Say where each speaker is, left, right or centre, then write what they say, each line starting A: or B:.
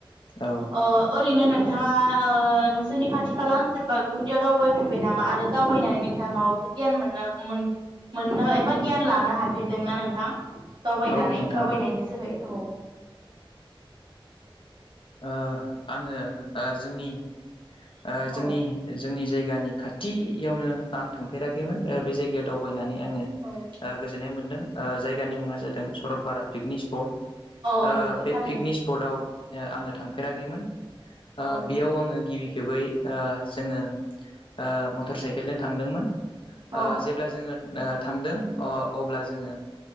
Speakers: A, on the left; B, on the right.
A: औ
B: अ ओरैनो नोंथाङा अ नोंसोरनि खाथि खाला सोरबा बेहुदियाव दावबायफेरबाय नामा आरो दावबायनानै नोंथाङा माबाफोर गियान मोननो मोन-मोननो एबा गियान लानो हाफेरदोंना नोंथां? दावबायनानै
A: औ नोंथां
B: दावबायनायनि जोहै औ
A: ओ आङो जोंनि। ओ जोंनि
B: औ
A: जोंनि जाय। जायगानि खाथियावनो आं थांफेराखैमोन बे जायगायाव दावबायनानै। आङो ओ
B: औ
A: गोजोननाय मोनदों ओ जायगानि मुङा जादों सरलपारा पिकनिक स्पट।
B: औ
A: ओ
B: नंगौ
A: बे
B: थारैनो
A: पिकनिक स्पर्टआव। ओ आङो थांफेराखैमोन ओ
B: औ
A: बेयाव आङो गिबि। खेबै जोङो ओ मटर साइकेलजों थांदोंमोन।
B: औ
A: ओ जेब्ला जोङो थांदों अ अब्ला जोङो